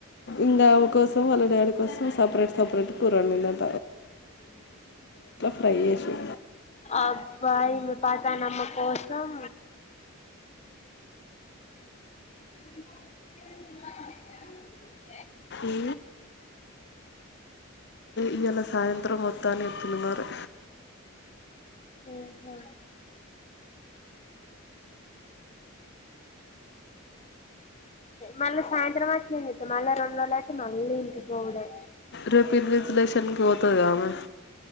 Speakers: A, on the left; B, on the left.
A: ఇంకా ఒక మొత్తం వాళ్ళ డాడీ కోసం సపరేట్ సపరేట్ కూర వండింది అంట ఫ్రై చేసి
B: అబ్బాయి మ పాతనమ్మ కోసం అవునా
A: ఈ ఇయాలా సాయంత్రం మొత్తం తానే ఎతున్నాన్నారు
B: ఊ హూ మళ్లీ సాయంత్రం వ మల్ల రెండు రోజులైతే మల్లి ఇంటికి పోవుడే
A: రేపు ఇన్విజిలేషన్కి పోతుంది ఆమె